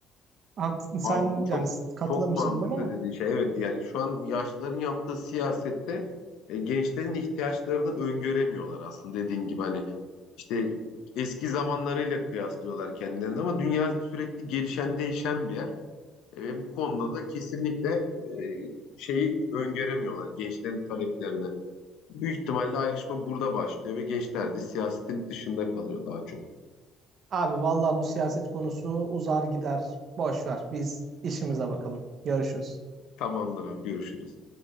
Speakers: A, on the right; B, on the left.
A: Hak- Sen
B: Abi çok
A: yani katılır
B: çok
A: mısın
B: mantıklı
A: bilmiyorum ama.
B: dediğin şey. Evet yani şu an yaşlıların yaptığı siyasette e, gençlerin ihtiyaçlarını öngöremiyorlar aslında dediğin gibi hani işte eski zamanlarıyla kıyaslıyorlar kendilerini ama dünya sürekli gelişen değişen bir yer E, ve bu konuda da kesinlikle e, şeyi öngöremiyorlar gençlerin taleplerini. Büyük ihtimalle ayrışma burada başlıyor ve gençler de siyasetin dışında kalıyor daha çok.
A: Abi vallahi bu siyaset konusu uzar gider. Boş ver. Biz işimize bakalım. Görüşürüz.
B: Tamamdır abi görüşürüz.